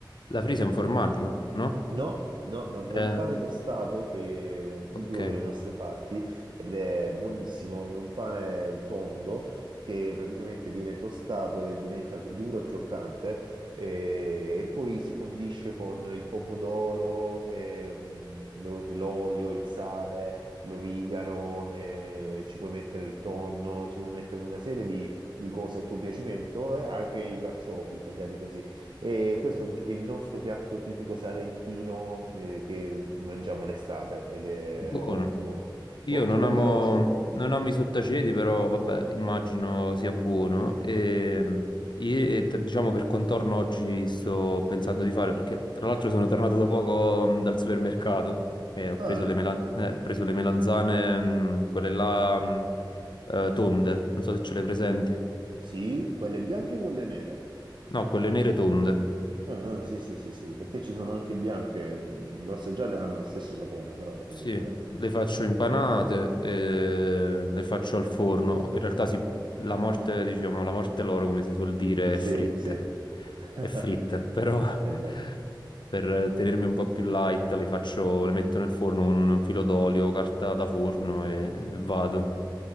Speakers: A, on the left; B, on the right.
A: La frisa è un formaggio, no?
B: No, no, no, è
A: Eh,
B: un pane tostato che è un
A: ok,
B: tipico delle nostre parti ed è buonissimo, è un pane tondo che praticamente viene tostato e diventa duro e croccante eh, e, poi si condisce con il pomodoro, ehm, lo- l'olio, il sale, l'origano, eh, ci puoi mettere il tonno, ci puoi mettere una serie di di cose a tuo piacimento e anche i carciofi tagliati così. E questo è un pi- il nostro piatto tipico salentino eh, che mangiamo l'estate ed è
A: buono.
B: ottimo,
A: Io
B: ottimo
A: non amo,
B: e veloce.
A: non amo i sottaceti, però vabbè, immagino sia buono. E, e t- diciamo per contorno oggi sto pensando di fare, perché tra l'altro sono tornato da poco mm, dal supermercato e ho
B: Ah,
A: preso le, melan- eh, ho preso le melanzane, mm, quelle là, mm, eh, tonde, non so se ce le presenti.
B: sì, quelle bianche e quelle nere.
A: No, quelle nere tonde.
B: Ah, ah, sì, sì, sì, sì, perché ci sono anche bianche, l'ho assaggiate e hanno lo stesso sapore, però comunque...
A: Sì, le faccio impanate, e le faccio al forno. In realtà sì, la morte, diciamo, la morte loro, come si suol dire,
B: Sì,
A: è fritte.
B: sì, <laughs>
A: È fritta, però <laughs>
B: è vero.
A: per tenermi un po' più light le faccio, le metto nel forno con un filo d'olio, carta da forno e vado.